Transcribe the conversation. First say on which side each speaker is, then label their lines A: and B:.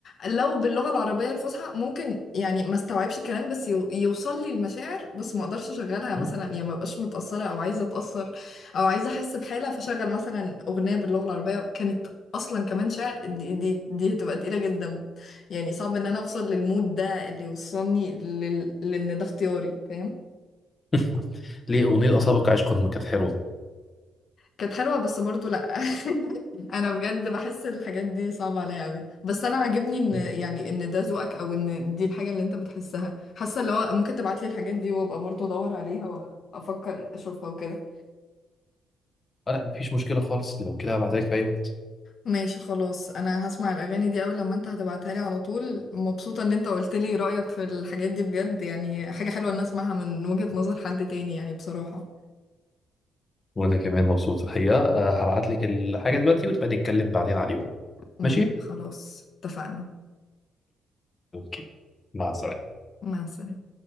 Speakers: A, on the left; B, on the left.
A: لو باللغه العربيه الفصحى ممكن يعني ما استوعبش الكلام بس يو- يوصل لي المشاعر بس ما اقدرش اشغلها مثلا
B: مم.
A: يعني ما بقاش متاثره او عايزه اتاثر او عايزه احس بحاله فشغل مثلا اغنيه باللغه العربيه كانت اصلا كمان شعر دي دي دي هتبقى تقيله جدا يعني صعب ان انا اوصل للمود ده اللي يوصلني لل... لان ده اختياري فاهم
B: <laughs> ليه اغنيه اصابك عشق ما كانت حلوه
A: كانت حلوة بس برضو لأ <laughs> أنا بجد بحس الحاجات دي صعبة عليا أوي بس أنا عاجبني إن
B: مم.
A: يعني إن ده ذوقك أو إن دي الحاجة اللي أنت بتحسها حاسة اللي هو ممكن تبعتلي الحاجات دي وأبقى برضو أدور عليها وأفكر أشوفها وكده
B: آه، لا مفيش مشكله خالص لو كده هبعتلك في اي وقت
A: ماشي خلاص أنا هسمع الأغاني دي أول لما أنت هتبعتها لي على طول مبسوطة إن أنت قلت لي رأيك في الحاجات دي بجد يعني حاجة حلوة إن أسمعها من وجهة نظر حد تاني يعني بصراحة
B: وانا كمان مبسوط الحقيقه آه، هبعتلك الحاجه دلوقتي وتبقى نتكلم بعدين عليهم
A: ماشي
B: ماشي
A: خلاص اتفقنا
B: اوكي مع السلامه
A: مع السلامة